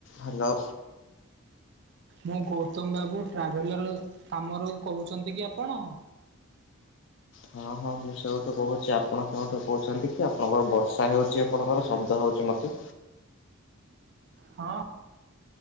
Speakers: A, on the left; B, on the right.
A: Hello.
B: ମୁଁ ଗୌତମ ବାବୁ traveller କାମରୁ କହୁଛନ୍ତି କି ଆପଣ?
A: ହଁ ହଁ ମୁଁ ସେଉଠୁ କହୁଛି ଆପଣ କେଉଁଠୁ କହୁଛନ୍ତି କି ଆପଣଙ୍କର ବର୍ଷା ହେଉଛି ଆପଣଙ୍କର ଶବ୍ଦ ହେଉଛି ମୋତେ।
B: ହଁ